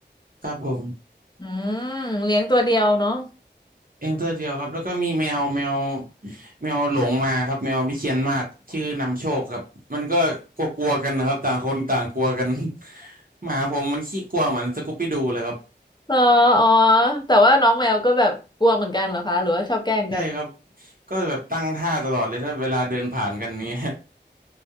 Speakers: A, on the right; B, on the left.
A: ครับผม
B: อืมเลี้ยงตัวเดียวเนาะ
A: เองตัวเดียวครับแล้วก็มีแมวแมวแมวหลงมาครับแมววิเชียรมาศชื่อนำโชคครับมันก็กลัวๆกันนะครับต่างคนต่างกลัวกัน <laughs> หมาผมมันขี้กลัวเหมือนสกูปปี้ดูเลยครับ
B: อ๋ออ๋อแต่ว่าน้องแมวก็แบบกลัวเหมือนกันเหรอคะหรือว่าชอบแกล้งกัน
A: ใช่ครับก็แบบตั้งท่าตลอดเลยถ้าเวลาเดินผ่านกันเนี้ย